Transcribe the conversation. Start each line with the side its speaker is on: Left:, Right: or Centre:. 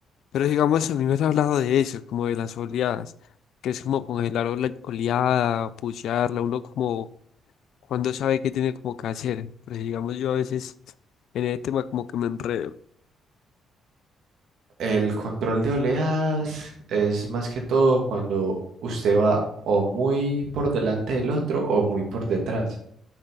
Left: Pero digamos, a mí me han hablado de eso, como de las oleadas, que es como congelar ola- oleada, pullarla, uno como cuando sabe qué tiene como que hacer. Pero digamos, yo a veces en el tema como que me enredo.
Right: El control de oleadas es más que todo cuando usted va o muy por delante del otro o muy por detrás.